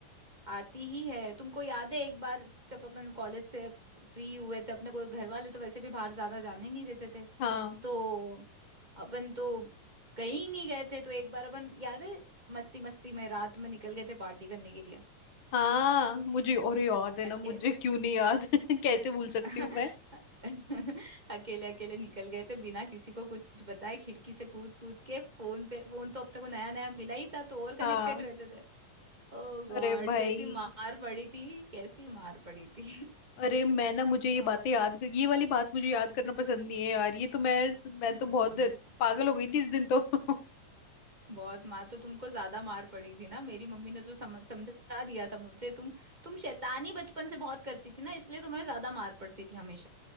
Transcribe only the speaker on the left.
हाँ
हाँ मुझे अरे याद है
ना मुझे क्यों नहीं याद <laughs> कैसे भूल
सकती हूँ मैं
हाँ
अरे भाई
अरे मैं ना मुझे ये
बातें याद ये वाली बात मुझे याद करना पसंद नहीं है यार ये तो मैं मैं
तो बहुत पागल हो गई थी इस दिन तो <laughs>